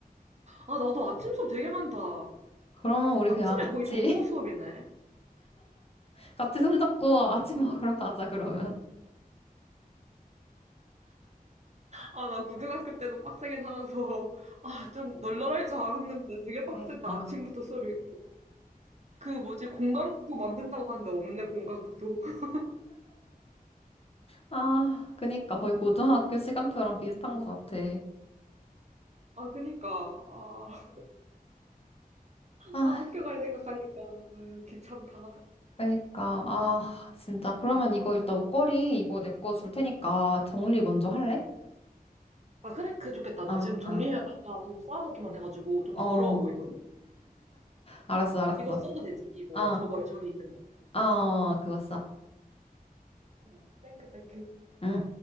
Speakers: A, on the right; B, on the left.
A: 아, 나도 아침 수업 되게 많다.
B: 그러면 우리
A: 아침에
B: 그냥 같이
A: 거의 전공 수업이네.
B: 같이 손잡고 아침 먹으러 가자, 그러면.
A: 아, 나 고등학교 때도 빡세게 살아서, 아, 좀 널널할 줄 알았는데 되게 빡세다.
B: 그니까.
A: 아침부터 수업이 있고. 그 뭐지, 공강도 만든다고 하는데 없네, 공강도. <laughs>
B: 아, 그니까 거의 고등학교 시간표랑 비슷한 것 같아.
A: 아, 그니까. 아,
B: 아,
A: 아, 학교 갈 생각하니까. 아유, 귀찮다.
B: 그니까. 아, 진짜. 그러면 이거 일단 목걸이 이거 내 거 줄 테니까 정리 먼저 할래?
A: 아, 그래? 그게 좋겠다.
B: 아,
A: 나 지금 정리해,
B: 아.
A: 아까 좀 쌓아놓기만 해가지고 좀
B: 어.
A: 더러워 보이거든?
B: 알았어, 알았어.
A: 이거 써도 되지? 이거,
B: 아,
A: 이거. 저거, 저기 있는 거.
B: 아, 그거 써.
A: 어, 땡큐, 땡큐.
B: 응?